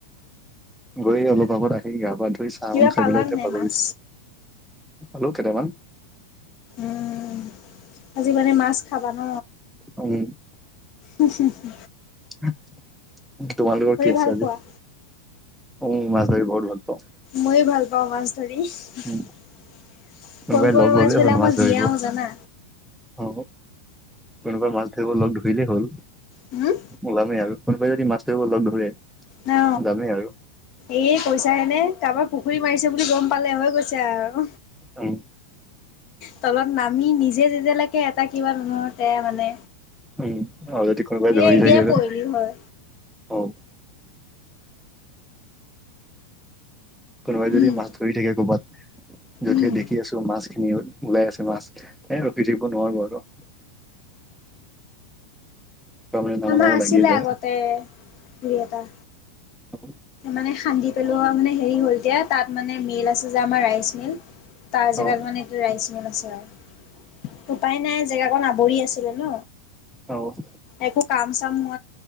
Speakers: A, in the centre; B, on the left.
A: গৈ অলপ আগত আহি গা পা ধুই চাহ
B: কিবা
A: খ খাই
B: পালানে
A: পেলায় এতিয়া
B: নাই
A: বাগৰিছো
B: মাছ?
A: খালো' কেইতামান
B: উম, আজি মানে মাছ খাবা ন?
A: অ',
B: উন হু হু
A: তোমাৰ লোকৰ কি আছে
B: ভাল
A: আজি?
B: পোৱা?
A: অ ', মাছ ধৰি বহুত ভাল পাও
B: ময়ো ভাল পাও মাছ ধৰি সৰু
A: উম কোনোবাই
B: সুৱা
A: লগ
B: মাছ
A: ললেই
B: বিলাক
A: হ'ল
B: মই
A: ধৰিব
B: জিয়ও জানা
A: অ কোনোবাই মাছ ধৰিব লগ ধৰিলেই হ'ল
B: হম
A: ওলামেই আৰু কোনোবাই যদি মাছ ধৰিব লগ ধৰে
B: ন
A: যামেই আৰু
B: এই পইচা হেনে কাৰোবাৰ পুখুৰী মাৰিছে বুলি গম পালে হৈ গৈছে আৰু
A: আহ,
B: তলত নামি নিজে যেতিয়ালৈকে এটা কিবা ধৰতে মানে
A: উম আৰু যদি কোনোবাই
B: এই
A: ধৰি
B: এতিয়াই
A: থাকে
B: পৰিলি হয়।
A: অ কোনোবাই যদি
B: উম
A: মাছ ধৰি থাকে ক'ৰবাত য'তে
B: উম
A: দেখি আছো মাছ খিন ওলাই আছে মাছ এ ৰখি থাকিব নোৱাৰো আৰু। তাৰ মানে নামো
B: আমাৰ
A: নামো
B: আছিলে
A: লাগিয়ে যায়
B: আগতে দুই এটা।
A: অ
B: মানে সান্দি পেলোৱা মানে হেৰি হ'ল এতিয়া তাত মানে মিল আছে যে আমাৰ ৰাইচ মিল। তাৰ জেগাত
A: অ
B: মানে এইটো ৰাইচ মিল আছে আৰু, উপায় নাই জেগা কন আৱৰি আছে। ন
A: অ
B: একো কাম চাম হো